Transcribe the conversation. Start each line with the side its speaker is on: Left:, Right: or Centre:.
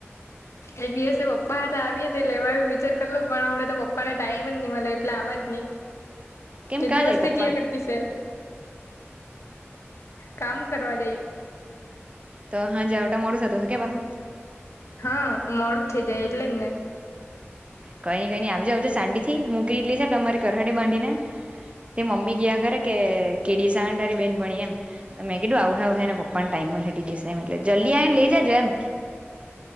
Left: એક દિવસે પપ્પા હતા આવી હતી લેવા વિચાર કરલો પણ હવડે તો પપ્પાને ટાઈમ જ નહી મળે એટલે આવ જ નઈ
Right: કેમ
Left: તે
Right: કાં
Left: દિવસથી
Right: જાય પપ્પા
Left: ક્યા કરતીશે? કામ કરવા દઈ.
Right: તો હા જવટા મોડું થતું હશે કે બાહુ
Left: હા મોડું થઈ જાય એટલે જ ને
Right: કઈ નઈ કઈ નઈ આવજે આવજે શાંતિથી મૂકી લે છે તમારી કરહાડી બાડીને તે મમ્મી કયા કરે કે કેડી સાડ આવવાની? બેનપણી એમ તોમે કીધું આવહે આવહે એના પપ્પા પણ ટાઈમ માં લેટી દેશે એમ એટલે જલ્દી આને લઈ જજો એમ